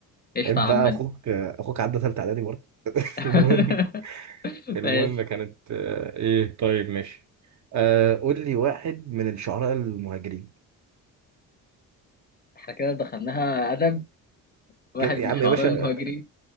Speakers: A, on the left; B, on the right.
A: قشطة
B: عيب
A: يا
B: بقى
A: عمنا
B: أخوك أخوك عدى ثالثة إعدادي برضه <laughs>
A: <laughs>
B: المهم المهم
A: ماشي
B: كانت آه، ايه طيب ماشي آه قول لي واحد من الشعراء المهاجرين
A: احنا كده دخلناها أدب واحد
B: كده يا
A: من
B: عم
A: الشعراء
B: يا باشا
A: المهاجرين